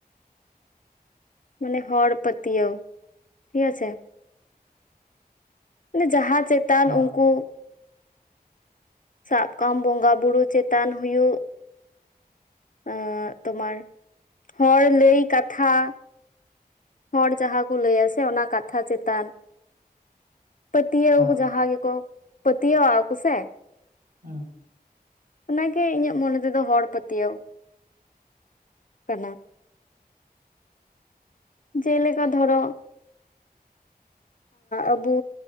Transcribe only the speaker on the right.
ᱦᱚᱸ
ᱦᱳᱭ
ᱦᱩᱸ